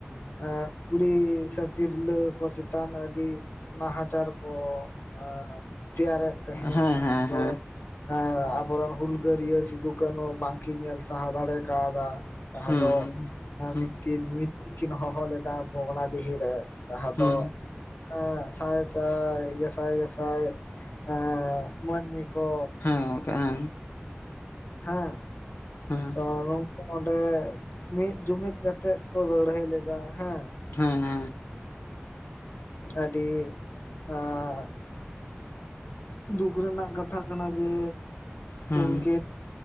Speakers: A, on the left (about 55°); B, on the left (about 80°).
A: ᱮᱸ ᱠᱩᱲᱤ ᱥᱮ ᱛᱤᱨᱞᱟᱹ ᱠᱚ ᱪᱮᱛᱟᱱ ᱟᱹᱰᱤ ᱱᱟᱦᱟᱪᱟᱨ ᱠᱚ ᱮᱸ ᱛᱮᱭᱟᱨᱮᱫ ᱛᱟᱦᱮᱸᱫ
B: ᱦᱮᱸ ᱦᱮᱸ
A: ᱟᱫᱚ
B: ᱦᱮᱸ
A: ᱦᱮᱸ ᱟᱵᱚᱨᱮᱱ ᱦᱩᱞᱜᱟᱹᱨᱭᱟᱹ ᱥᱤᱫᱩ ᱠᱱᱦᱩ ᱵᱟᱝᱠᱤᱱ ᱧᱮᱞ ᱥᱟᱦᱟᱳ ᱫᱟᱲᱮ ᱠᱟᱣᱫᱟ᱾ ᱡᱟᱦᱟᱸ
B: ᱦᱩᱸ
A: ᱫᱚ
B: ᱦᱩᱸ
A: <inaudible> ᱠᱤᱱ ᱦᱚᱦᱚ ᱞᱮᱫᱟ ᱵᱷᱚᱜᱽᱱᱟᱰᱤᱦᱤ ᱨᱮ᱾ ᱡᱟᱦᱟᱸ
B: ᱦᱩᱸ
A: ᱫᱚ ᱮᱸ ᱥᱟᱭ ᱥᱟᱭ, ᱜᱮᱥᱟᱭ ᱜᱮᱥᱟᱭ ᱮᱸ ᱢᱟᱹᱱᱢᱤ ᱠᱚ
B: ᱦᱮᱸ ᱜᱚᱝᱠᱮ ᱦᱮᱸ᱾
A: <inaudible> ᱦᱮᱸ᱾
B: ᱦᱮᱸ
A: ᱛᱚ ᱱᱚᱝᱠᱩ ᱱᱚᱰᱮ ᱢᱤᱫ ᱡᱩᱢᱤᱫ ᱠᱟᱛᱮᱫ ᱠᱚ ᱞᱟᱹᱲᱦᱟᱹᱭ ᱞᱮᱫᱟ ᱦᱮᱸ᱾
B: ᱦᱮᱸ ᱦᱮᱸ᱾
A: ᱟᱹᱰᱤ ᱟᱸ ᱫᱩᱠᱷ ᱨᱮᱱᱟᱜ ᱠᱟᱛᱷᱟ ᱠᱟᱱᱟ ᱡᱮ
B: ᱦᱩᱸ
A: ᱩᱱᱠᱤᱱ